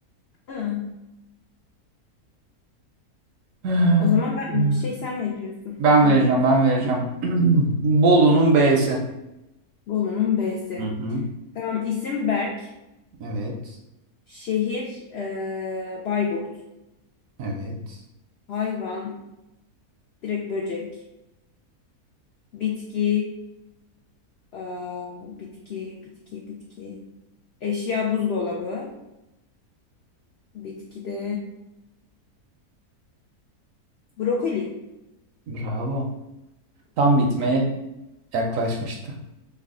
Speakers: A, on the left; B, on the right.
A: Ha,
B: <sighs>
A: O zaman ben
B: Hmm.
A: bir şey sen veriyorsun.
B: Ben
A: Harf.
B: vereceğim ben vereceğim. <clears throat> Bolu'nun B'si.
A: Bolu'nun B'si.
B: Hı hı.
A: Tamam isim Berk.
B: Evet.
A: Şehir eee, Bayburt.
B: Evet.
A: Hayvan direkt böcek. Bitki eee, bitki bitki bitki. Eşya buzdolabı. Bitkide brokoli.
B: Bravo. Tam bitmeye
A: Evet.
B: yaklaşmıştı.